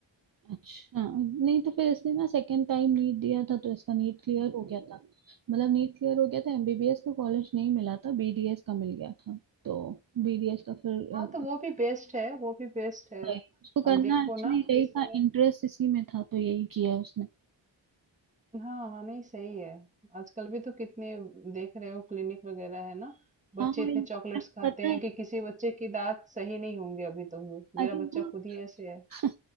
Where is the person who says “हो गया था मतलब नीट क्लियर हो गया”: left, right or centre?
Right